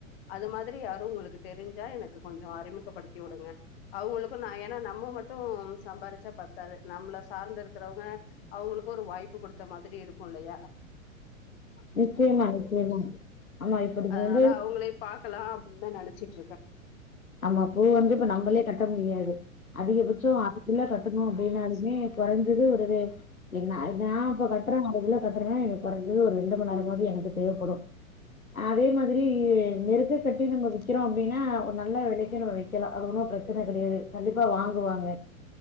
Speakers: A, on the left; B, on the left.
A: அது மாதிரி யாரு உங்களுக்கு தெரிஞ்சா எனக்கு கொஞ்ச அறிமுகப்படுத்திவுடுங்க அவ்ங்களுக்கு நா ஏனா நம்ம மட்டும் சம்பாரிச்சா பத்தாது நம்ள சார்ந்து இருக்கிறவ்ங்க அவ்ங்களுக் ஒரு வாய்ப்பு குடுத்த மாதிரி இருக்கு இல்லயா
B: நிச்சயமா நிச்சயமா ஆமா இப்ப நீங்க
A: அதனால
B: வந்து
A: அவ்ங்களே பாக்கலா அப்டின் தா நெனச்சிட்ருக் க
B: ஆமா பூ வந்து இப்ப நம்பளே கட்ட முடியாது அதிகபட்ச அதுக்குள்ள கட்டணு அப்டின்னாலுமே பெறஞ்சது ஒரு இது எ நா நா இப்ப கட்றே ஒரு கிலோ கட்றனா எனக்கு கொறஞ்சது ஒரு ரெண்டு மண் நேரமாவ்து எனக்கு தேவப்படு அதே மாதிரி நெருக்க கட்டி நம்ம விக்கிறோ அப்டினா நல்ல விலைக்கே நம்ம விக்கெலா அது ஒன்னு பிரச்சன கெடையாது கண்டிப்பா வாங்குவாங்க